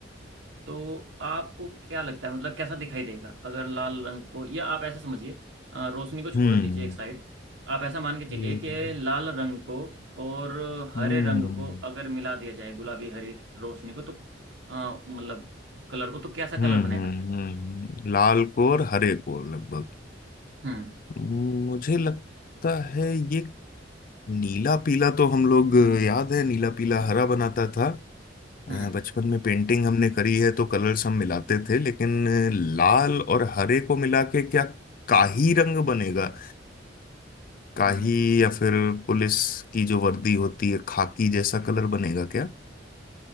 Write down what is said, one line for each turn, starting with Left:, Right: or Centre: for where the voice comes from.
Right: तो आपको क्या लगता है मतलब कैसा दिखाई देगा अगर लाल रंग को या आप ऐसा समझिए अ, रोशनी को छोड़
Left: हम्म
Right: दीजिए एक साइड आप ऐसा मान के चलिए
Left: हम्म
Right: कि लाल रंग को और हरे
Left: हम्म
Right: रंग को अगर मिला दिया जाए गुलाबी हरी रोशनी को तो अ, मतलब कलर को तो कैसा कलर
Left: हम्म
Right: बनेगा
Left: हम्म, हम्म, लाल कोर हरे कोर लगभग
Right: हम्म
Left: मुझे लगता है ये नीला पीला तो हम लोग याद है नीला पीला हरा बनाता था
Right: हम्म
Left: अ, बचपन में पेंटिंग हमने करी है तो कलर्स हम मिलाते थे लेकिन अ, लाल और हरे को मिला के क्या काही रंग बनेगा काही
Right: हम्म
Left: या फिर पुलिस की जो वर्दी होती है खाकी जैसा कलर बनेगा क्या